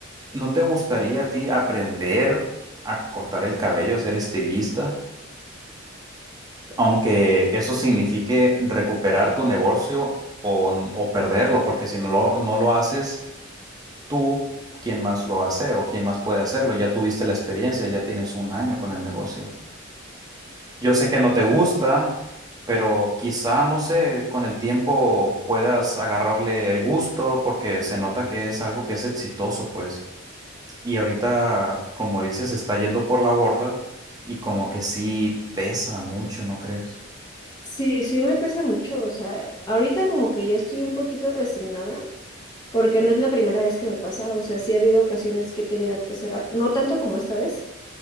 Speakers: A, on the right (about 20°); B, on the left (about 20°).
A: no te gustaría a ti aprender a cortar el cabello, a ser estilista? aunque eso signifique recuperar tu negocio o, o perderlo, porque si no lo, no lo haces tú, ¿quién más lo va a hacer o quién más puede hacerlo? Ya tuviste la experiencia, ya tienes un año con el negocio. Yo sé que no te gusta, pero quizá, no sé, con el tiempo puedas agarrarle el gusto porque se nota que es algo que es exitoso, pues. Y ahorita, como dices, está yendo por la borda y como que sí pesa mucho, ¿no crees?
B: Sí, sí me pesa mucho, o sea, ahorita como que ya estoy un poquito resignada porque no es la primera vez que me pasa, o sea, sí ha habido ocasiones que he tenido que cerrar, no tanto como esta vez,